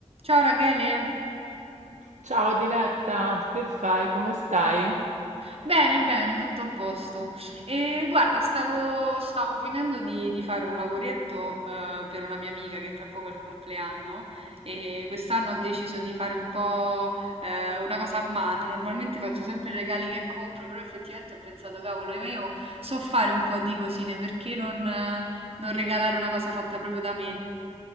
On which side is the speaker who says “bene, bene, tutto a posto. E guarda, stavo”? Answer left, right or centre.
Right